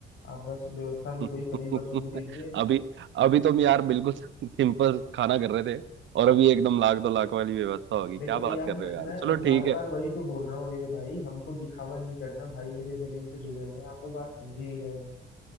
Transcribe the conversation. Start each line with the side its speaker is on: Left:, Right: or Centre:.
Left: आप बस व्यवस्था में
Right: <laughs>
Left: कोई कमी मत होने दीजिए
Right: अभी अभी तुम यार बिल्कुल <laughs> सिंपल खाना कर रहे थे और अभी एकदम लाख दो लाख वाली व्यवस्था होगी
Left: देखो
Right: क्या
Left: यार
Right: बात कर
Left: मैं
Right: रहे हो यार
Left: मैं
Right: चलो
Left: बार
Right: ठीक
Left: बार
Right: है
Left: वही तो बोल रहा हूँ मेरे भाई हमको दिखावा नहीं करना भाई मेरे जमीन से जुड़े हुए हैं आप वो बात समझ ही नहीं रहे हो